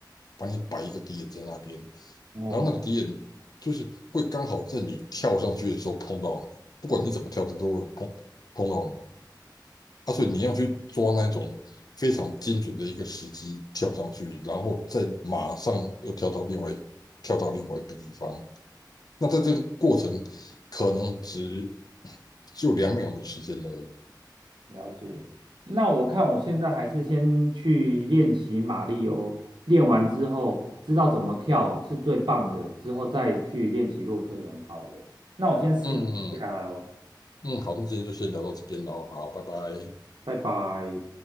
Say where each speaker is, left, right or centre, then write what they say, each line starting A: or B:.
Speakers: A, on the left; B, on the right.
A: 把你摆一个敌人在那边，
B: 哦。
A: 然后那个敌人就是会刚好在你跳上去的时候碰到你，不管你怎么跳，它都会碰碰到你。啊，所以你要去抓那种非常精准的一个时机跳上去，然后再马上又跳到另外跳到另外一个地方。那在这个过程，可能只就两秒的时间而已。
B: 了解。那我看我现在还是先去练习马力欧，练完之后知道怎么跳是最棒的，之后再去练习洛克人好了。那我先失陪一下喽，
A: 嗯嗯，嗯，好，那今天就先聊到这边喽，好，拜拜。
B: 拜拜。